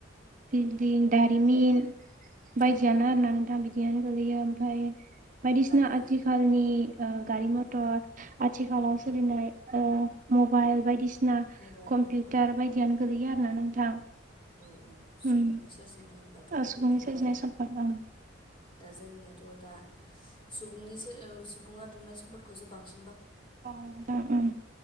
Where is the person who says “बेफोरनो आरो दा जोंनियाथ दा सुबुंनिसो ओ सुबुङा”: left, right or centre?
Left